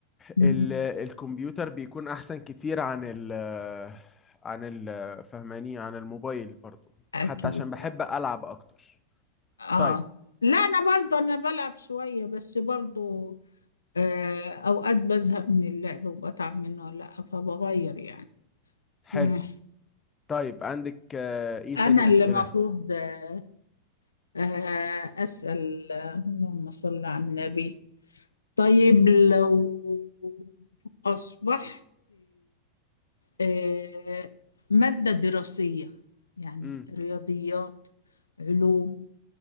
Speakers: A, on the left; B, on the left.
A: مم.
B: ال الكمبيوتر بيكون احسن كتير عن ال عن ال فهماني عن الموبايل برضو
A: اكيد
B: حتى عشان بحب العب اكتر
A: اه
B: طيب
A: لا انا برضه انا بلعب شويه بس برضه آه اوقات بزهق من اللعب وبتعب منه لا فبغير يعني
B: حلو
A: مم.
B: طيب عندك آه، ايه
A: انا
B: تاني
A: اللي
B: اسئله
A: مفروض آه آه اسال آه، اللهم صل على النبي طيب لو اصبحت آه ماده دراسيه يعني
B: امم
A: رياضيات علوم